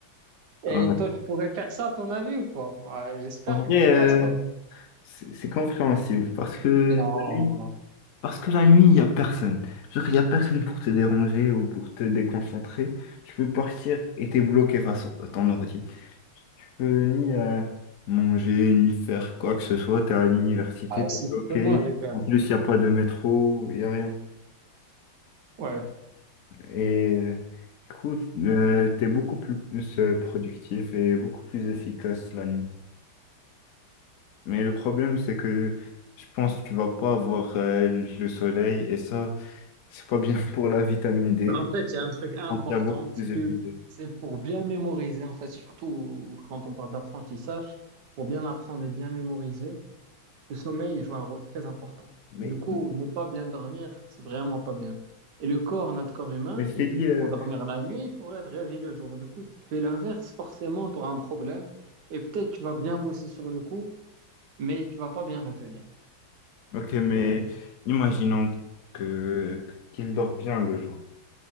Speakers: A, on the left (about 75°); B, on the right (about 60°).
A: Ouais.
B: Et toi, tu pourrais faire ça, à ton avis, ou pas? Ouais, j'espère
A: En
B: que
A: vrai,
B: tu
A: euh,
B: le fasses pas.
A: c'est c'est compréhensible parce que
B: Non.
A: la nuit, parce que la nuit, il n'y a personne. Genre, il n'y a personne pour te déranger ou pour te déconcentrer. Tu peux partir et t'es bloqué face à ton ordi. Tu peux ni euh, manger, ni faire quoi que ce soit. T'es à l'université,
B: Ah, si
A: t'es bloqué.
B: tu peux manger quand
A: En
B: même.
A: plus, il n'y a pas de métro, il n'y a rien.
B: Ouais.
A: Et euh, du coup, euh, t'es beaucoup plus, euh, productif et beaucoup plus efficace la nuit. Mais le problème, c'est que je pense que tu vas pas avoir euh, le soleil et ça, c'est pas bien <laughs> pour la vitamine D.
B: Mais en fait, il y a
A: Tu
B: un
A: te
B: truc important,
A: sentiras beaucoup plus
B: c'est
A: épuisé.
B: que c'est pour bien mémoriser, en fait, surtout quand on parle d'apprentissage, pour bien apprendre et bien mémoriser, le sommeil il joue un rôle très important.
A: Mais,
B: Du coup, ne pas bien dormir, c'est vraiment pas bien. Et le corps, notre corps humain,
A: mais je
B: il
A: t'ai
B: est
A: dit,
B: fait
A: euh,
B: pour dormir la nuit et pour être réveillé le jour. Du coup, si tu fais l'inverse, forcément, tu auras un problème. Et peut-être tu vas bien bosser sur le coup, mais tu vas pas bien retenir.
A: ok, mais imaginons que qu'il dort bien le jour.